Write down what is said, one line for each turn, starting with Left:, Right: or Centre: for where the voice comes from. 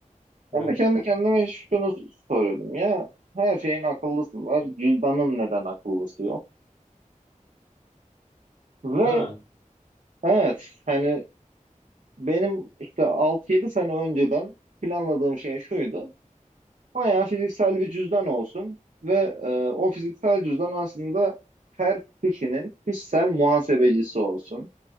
Left: Hı
Right: Ben
Left: hı.
Right: de kendi kendime şunu soruyordum ya her şeyin akıllısı var cüzdanın neden akıllısı yok? Ve
Left: Değil mi?
Right: evet hani Benim işte 6 yedi sene önceden planladığım şey şuydu. Bayağı fiziksel bir cüzdan olsun ve e, o fiziksel cüzdan aslında her kişinin kişisel muhasebecisi olsun.